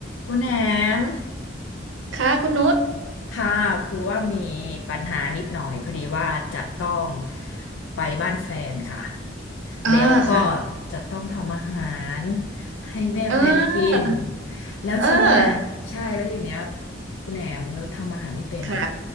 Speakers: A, on the left (about 80°); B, on the right (about 80°).
A: คุณแหนม
B: ค่ะคุณนุช
A: ค่ะคือว่ามีปัญหานิดหน่อยพอดีว่าจะต้องไปบ้านแฟนค่ะ
B: อ่าค่ะ
A: แล้วก็จะต้องทำอาหารให้แม่แฟนกิน
B: เออ
A: แล้วทีเนี้ยใช่แล้วทีเนี้ย
B: เออ
A: คุณแหนมนุชทำอาหารไม่เป็นอ่ะ
B: ค่ะ